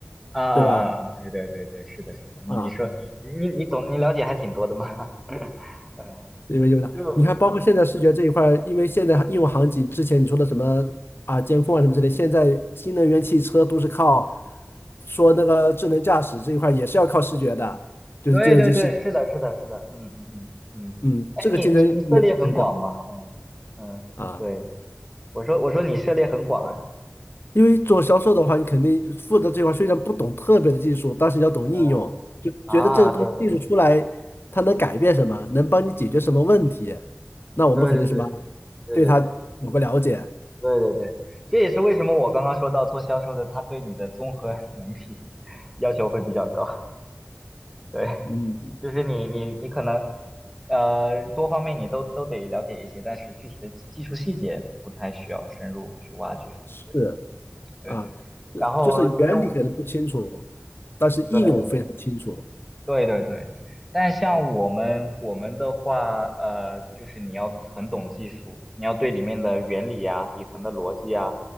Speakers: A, in the centre; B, on the left.
A: 啊啊啊啊，
B: 对吧？
A: 对对对对，是的，是的，你你说你你你懂，
B: 啊。
A: 你了解还挺多的嘛，<laughs> 嗯，
B: 因为用的，
A: 就嗯，
B: 你看，包括现在视觉这一块儿，因为现在应用场景之前你说的什么啊，监控啊什么之类，现在新能源汽车都是靠说那个智能驾驶这一块儿也是要靠视觉的，就是计算机视，
A: 对对对，是的，是的，是的，嗯嗯嗯嗯，
B: 嗯，
A: 哎，
B: 这个竞争也特别大
A: 你你你涉猎很广嘛，嗯嗯，
B: 啊。
A: 对，我说我说你涉猎很广呀，
B: 因为做销售的话，你肯定负责这块儿虽然不懂特别的技术，但是你要懂应用，
A: 嗯啊，
B: 就觉得这个东西技术出来，
A: 对对
B: 它能改变什么，能帮你解决什么问题，那我们肯定什么
A: 对对对对对对对
B: 对它有个了解，
A: 对对对，这也是为什么我刚刚说到做销售的，他对你的综合 <laughs> 能力要求会比较高，对，
B: 嗯，
A: 就是你你你可能呃多方面你都都得了解一些，但是具体的技术细节不太需要深入去挖掘。
B: 是。
A: 对对对，
B: 啊，就就是原理可能不清楚，
A: 然后对于
B: 但是应用非常清楚。
A: 对对对对对，但像我们我们的话，呃，就是你要很懂技术，你要对里面的原理啊、底层的逻辑啊，